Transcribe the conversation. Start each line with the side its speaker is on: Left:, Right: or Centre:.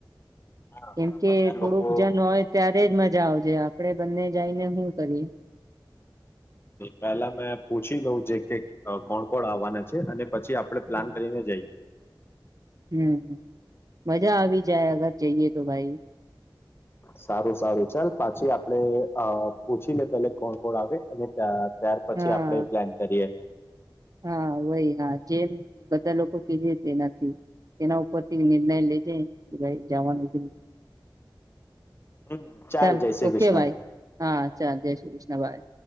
Left: હા આપણા
Right: કેમ કે
Left: બધા
Right: થોડુંક
Left: લોકો
Right: જન હોય ત્યારે જ મજા આવજે આપડે બંને જઈને શું કરીએ.
Left: પેલા મેં પૂછી લોઉ જે કે કોણ કોણ આવવાના છે અને. પછી આપડણે
Right: હમ
Left: પ્લાન કરીને જઈએ.
Right: હમ મજા આવી જાય અગર. જઈએ તો ભાઈ.
Left: સારું સારું ચાલ પાછી આપડે પૂછી લે પેલે કોણ કોણ આવે અને ત્યાં. ત્યાર પછી
Right: હા
Left: આપડે પ્લાન કરીએ.
Right: હા વય હા જેમ બધા લોકો કીધે તેનાથી એના ઉપરથી નિર્ણય લેજે ભાઈ જવાનું.
Left: હમ
Right: ચાલ
Left: જય શ્રી
Right: ઓકે
Left: કૃષ્ણ
Right: ભાઈ હા ચાલ જય શ્રી કૃષ્ણ ભાઈ.